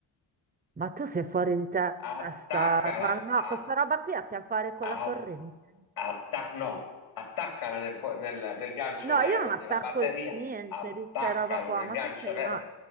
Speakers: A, on the right (about 20°); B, on the left (about 75°).
A: ma tu sei fuori di testa.
B: Attaccala,
A: Ma no,
B: a-
A: questa roba qui ha a che fare con la
B: A-
A: corrente.
B: atta- no, attaccala nel, co- nel- nel gancio
A: No,
B: nero
A: io non attacco
B: della batteria,
A: niente
B: attaccalo
A: di sta roba qua,
B: nel
A: ma
B: gancio
A: tu sei,
B: nero.
A: ma...